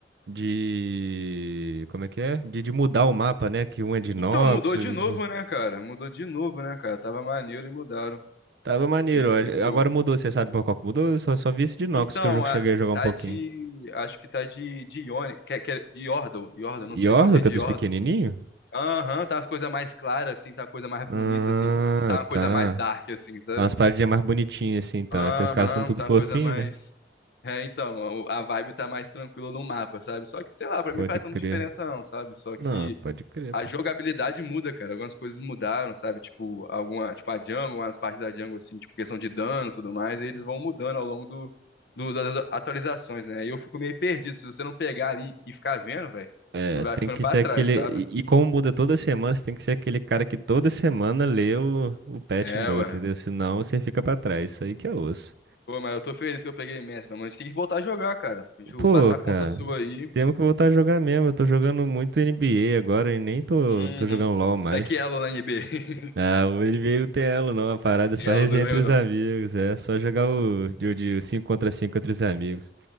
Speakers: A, on the right (about 65°); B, on the left (about 65°).
A: de, como é que é? De, de mudar o mapa, né? Que um é de Noxus.
B: Então, mudou de novo, né, cara? Mudou de novo, né, cara? Tava maneiro e mudaram.
A: Tava maneiro.
B: E, tipo...
A: ó. Agora mudou, você sabe por qual que mudou? Eu só, só vi esse de Nox
B: Então,
A: que eu jo- cheguei
B: a-
A: a jogar
B: tá
A: um pouquinho.
B: de... Acho que tá de, de Ione... Que, que é de Yordle. Yordle, não
A: Yordle,
B: sei qual que é
A: que
B: de
A: é dos
B: Yordle.
A: pequenininhos?
B: Aham, tá umas coisas mais claras, assim. Tá uma coisa mais bonita,
A: Ah,
B: assim. Tipo, não tá uma coisa
A: tá.
B: mais dark, assim, sabe?
A: As paradinhas mais bonitinhas assim, tá?
B: Aham,
A: É Que os caras são tudo
B: tá
A: fofinho,
B: uma coisa mais...
A: né?
B: É, então, a a vibe tá mais tranquila no mapa, sabe? Só que, sei lá, pra mim
A: Pode
B: não faz
A: crer.
B: tanta diferença não, sabe? Só
A: Não,
B: que...
A: pode crer,
B: a
A: pô.
B: jogabilidade muda, cara. Algumas coisas mudaram, sabe? Tipo, alguma, tipo a Django, umas partes da Django, assim, tipo, questão de dano e tudo mais, e eles vão mudando ao longo do, do- das atualizações, né? E eu fico meio perdido. Se você não pegar ali e ficar vendo, velho,
A: É,
B: tu vai
A: tem
B: ficando
A: que
B: pra
A: ser
B: trás,
A: aquele.
B: sabe?
A: E, e como muda toda semana, você tem que ser aquele cara que toda semana lê o, o patch
B: É,
A: note,
B: ué.
A: entendeu? Senão você fica pra trás. Isso aí que é osso.
B: Pô, mas eu tô feliz que eu peguei imenso, mas a gente tem que voltar a jogar, cara. A gente
A: Pô,
B: passa
A: cara,
B: a conta sua aí.
A: temos que voltar a jogar mesmo. Eu tô jogando muito NBA agora e nem tô,
B: Uhum.
A: tô jogando LoL mais.
B: Tá que elo na NB? <laughs>
A: Ah, o NBA não tem elo não, a parada é só
B: Elo
A: resenha
B: também
A: entre
B: ou
A: os
B: não?
A: amigos, é só jogar o de, de 5 contra 5 entre os amigos.